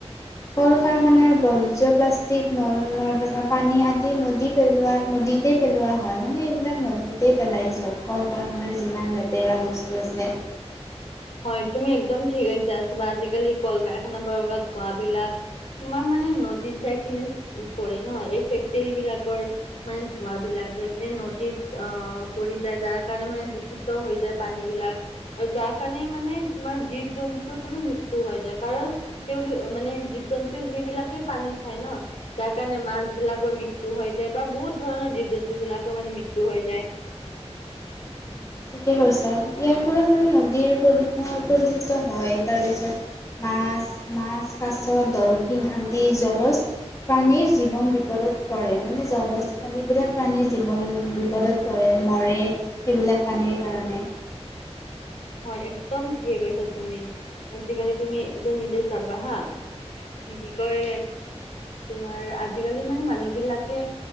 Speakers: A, on the left; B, on the left.
A: কল কাৰখাৰ বৰ্জ প্লাষ্টিক নল নৰ্দমাৰ পানী আদি ন নদী পেলোৱা নদীতে পেলোৱা হয়, মানে এইবিলাক নদীতে পেলাই চব। কল কাৰখাৰ যিমান লেতেৰা বস্তু আছে।
B: হয়, তুমি একদম ঠিক কৈছা চাবা আজিকালি কাৰখানাৰ পৰা ওলোৱা ধোৱাবিলাক। তোমাৰ মানে নদীত যায় কিনে পৰে ন। এই ফেক্টৰীবিলাকৰ মানে ধোঁৱাবিলাক যায় কিনে নদীত অ' পৰি যায় যাৰ কাৰণে মানে দূষিত হৈ যায় পানীবিলাক। আৰু যাৰ কাৰণে মানে তোমাৰ জীৱ জন্তুৰো মৃত্যু হৈ যায়। কাৰণ তেওঁলোক মানে জীৱ জন্তু সেইবিলাকে পানী খাই ন। যাৰ কাৰণে মাছবিলাকৰ মৃত্যু হৈ যায় বা বহুত ধৰণৰ জীৱ জন্তুবিলাকৰ মানে মৃত্যু হৈ যায়।
A: <inaudible> ঠিকে কৈছা, ইয়াৰ ফলত মানে নদীৰ প্ৰদূষণ প্ৰদূষিত হয় তাৰপিছত মাছ মাছ, কাছ, ডলফিন আদি জলজ প্ৰাণীৰ জীৱন বিপদত পৰে মানে জলজ প্ৰাণীবিলাক প্ৰাণীৰ জীৱন বিপদত কৰে মৰে সেইবিলাক পানীৰ কাৰণে।
B: হয়, একদম ঠিকে কৈছা তুমি আজিকালি তুমি এতিয়া নিজে চাবা হা। কি কয় তোমাৰ আজিকালি মানে মানুহবিলাকে